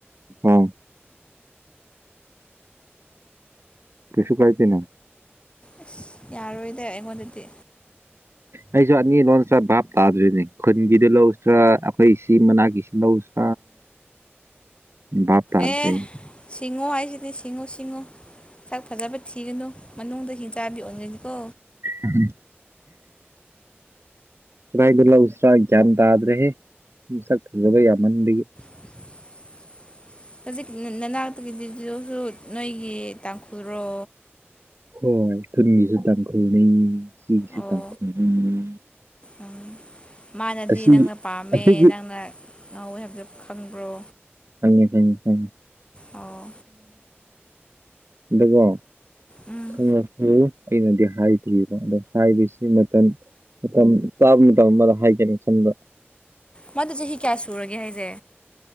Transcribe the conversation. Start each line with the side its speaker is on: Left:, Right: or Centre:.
Right: ꯎꯝ ꯀꯩꯁꯨ ꯀꯥꯏꯇꯦꯅꯦ
Left: ꯑꯁ ꯌꯥꯔꯣꯏꯗ ꯑꯩꯉꯣꯟꯗꯗꯤ
Right: ꯑꯩꯁꯨ ꯑꯅꯤ ꯂꯣꯟꯁꯤ꯭ꯔꯥ ꯚꯥꯞ ꯇꯥꯗ꯭ꯔꯤꯅꯦ ꯈꯨꯟꯒꯤꯗꯨ ꯂꯧꯁꯤ꯭ꯔꯥ ꯑꯩꯈꯣꯏ ꯁꯤ ꯃ ꯅꯥꯀꯤ ꯁꯤ ꯂꯧꯁꯤ꯭ꯔꯥ ꯚꯥꯞ ꯇꯥꯗ꯭ꯔꯦ
Left: ꯑꯦ ꯁꯤꯡꯉꯣ ꯍꯥꯏꯁꯤꯗꯤ ꯁꯤꯡꯉꯨ ꯁꯤꯡꯉꯨ ꯁꯥꯛ ꯐꯖꯕ ꯊꯤꯒꯅꯨ ꯃꯅꯨꯡꯗ ꯍꯤꯡꯆꯥꯕꯤ ꯑꯣꯟꯒꯅꯤꯀꯣ
Right: ꯎꯝꯝ ꯀꯌꯗꯒꯤ ꯂꯧꯁꯤꯔꯥ ꯒꯌ꯭ꯥꯟ ꯇꯗ꯭ꯔꯦ ꯁꯛ ꯐꯖꯕ ꯌꯥꯝ ꯃꯟꯕꯩ
Left: <unintelligible> ꯍꯧꯖꯤꯛ ꯅꯅꯥꯛꯇꯒꯤꯗꯤꯁꯨ ꯅꯣꯏꯒꯤ ꯇꯥꯡꯈꯨꯜꯂꯣ
Right: ꯍꯣꯏ ꯀꯨꯝꯃꯤꯁꯨ ꯇꯥꯡꯈꯨꯜꯅꯤ ꯑꯩꯁꯨ
Left: ꯑꯣ
Right: ꯇꯥꯡꯈꯨꯜꯅꯤ
Left: ꯎꯝ ꯃꯥꯅꯗꯤ
Right: ꯑꯁꯤ
Left: ꯅꯪꯅ ꯄꯥꯝꯃꯦ
Right: ꯑꯁꯤꯒꯤ
Left: ꯅꯪꯅ ꯉꯧꯋꯦ ꯍꯥꯏꯕꯗꯨ ꯈꯪꯕ꯭ꯔꯣ
Right: ꯐꯩꯌꯦ ꯐꯩꯌꯦ ꯐ
Left: ꯑꯣ
Right: ꯑꯗꯨꯀꯣ
Left: ꯎꯝ
Right: ꯈꯟꯂꯥꯁꯨ ꯑꯩꯅꯗꯤ ꯍꯥꯏꯗ꯭ꯑꯔꯤꯕ ꯑꯗꯣ ꯍꯥꯏꯕꯁꯤ ꯃꯇꯝ ꯃꯇꯝ ꯆꯥꯕ ꯃꯇꯝ ꯑꯃꯗ ꯍꯥꯏꯒꯦ ꯈꯟꯕꯥ
Left: ꯃꯗꯨ ꯆꯍꯤ ꯀꯌꯥ ꯁꯨꯔꯒꯦ ꯍꯥꯏꯁꯦ